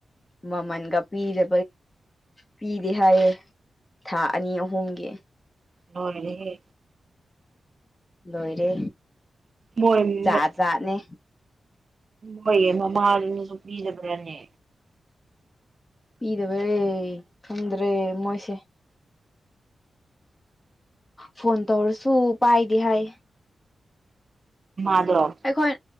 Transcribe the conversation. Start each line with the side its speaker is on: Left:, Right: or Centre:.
Left: ꯃꯃꯜꯒ ꯄꯤꯒꯤ ꯄꯤꯗꯦ ꯍꯥꯏꯌꯦꯦ ꯊꯥ ꯑꯅꯤ ꯑꯍꯨꯝꯒꯤ
Right: ꯂꯣꯏꯔꯦꯍꯦ
Left: ꯂꯣꯏꯔꯦ
Right: ꯃꯣꯏꯣꯏ
Left: ꯖꯥꯠ ꯖꯥꯠꯅꯦ
Right: ꯃꯣꯏꯌꯦ ꯃꯃꯥꯅꯁꯨ ꯄꯤꯗꯕ꯭ꯔꯥꯅꯦ
Left: ꯄꯤꯗꯕꯔꯦ ꯈꯪꯗ꯭ꯔꯦ ꯃꯣꯏꯁꯦ ꯐꯣꯟ ꯇꯧꯔꯁꯨ ꯄꯥꯏꯗꯤ ꯍꯥꯏ
Right: ꯑꯗꯣ
Left: ꯑꯩꯈꯣꯏ